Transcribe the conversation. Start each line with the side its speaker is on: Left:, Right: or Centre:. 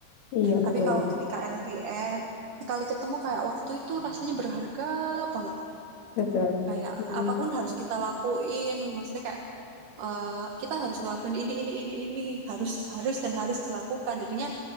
Left: iya
Right: Tapi
Left: betul
Right: kalau ketika LDR, sekali ketemu kayak waktu itu rasanya berharga banget.
Left: betul
Right: Kayak
Left: Iya,
Right: apapun harus kita lakuin, maksudnya kayak eh, kita harus ngelakuin ini, ini, ini, ini, harus, harus dan harus dilakukan. Jadinya